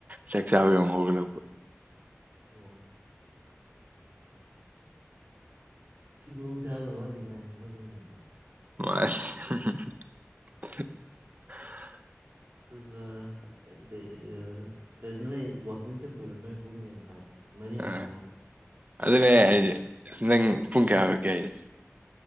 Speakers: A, on the right; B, on the right.
A: ꯆꯥꯛꯆꯥꯥꯕ ꯑꯃꯨꯛ ꯍꯧꯒꯠꯂꯛꯄ
B: ꯑꯣ ꯊꯨꯕꯣꯡ ꯆꯥꯗꯣ ꯋꯥꯠꯂꯤ ꯀꯥꯟ ꯍꯧꯒꯠꯂꯛꯏꯅꯦꯕ
A: <unintelligible>
B: ꯑꯗꯨꯒ ꯑꯗꯩ ꯑ ꯀ ꯅꯣꯏ ꯋꯥꯀꯤꯡ ꯆꯠꯄꯩꯔꯣ ꯅꯣꯏ ꯄꯨꯡ ꯀꯩꯅꯣ ꯍꯥꯏꯗꯣ ꯃꯔꯤ ꯃꯈꯥꯏ
A: ꯑ
B: ꯍꯥꯏꯗꯣ
A: ꯑꯗꯨꯅꯦ ꯑꯩ ꯍꯥꯏꯖꯦ ꯅꯪ ꯄꯨꯡ ꯀꯌꯥ ꯍꯧꯒꯠꯀꯦ ꯍꯥꯏꯖꯦ